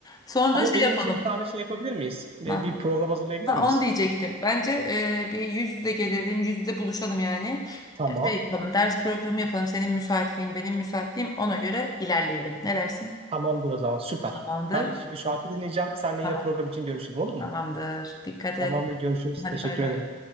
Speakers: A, on the left (about 20°); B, on the right (about 30°).
A: Sonra
B: Ama
A: şey
B: benim
A: yapalım.
B: için bir tane şey yapabilir miyiz? Ee,
A: Ne yapalım?
B: Bir program hazırlayabilir
A: Ha,
B: miyiz?
A: onu diyecektim. Bence e, bir yüz yüze gelelim, yüz yüze buluşalım yani.
B: Tamam.
A: E, Şey yapalım, ders programı yapalım. Senin müsaitliğin, benim müsaitliğim. Ona göre ilerleyelim. Ne dersin?
B: Tamamdır o zaman. Süper.
A: Tamamdır.
B: Ben şimdi şarkı dinleyeceğim. Seninle
A: Tamam.
B: yine program için görüşelim olur mu?
A: Tamamdır. Dikkat et.
B: Tamamdır, görüşürüz.
A: Hadi
B: Teşekkür
A: bay bay.
B: ederim.